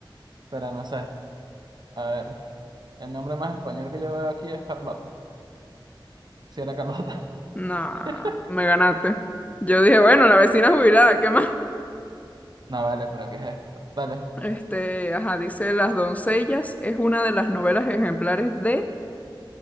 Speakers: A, on the right; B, on the left.
A: pero no sé. A ver, el nombre más español que yo veo aquí es Carlota. Si era Carlota.
B: Nah,
A: <laughs>
B: me ganaste. Yo dije, bueno, la vecina jubilada, ¿qué más? <laughs>
A: No vale, pero ¿qué es esto? Dale.
B: Este, ajá, dice Las doncellas es una de las novelas ejemplares de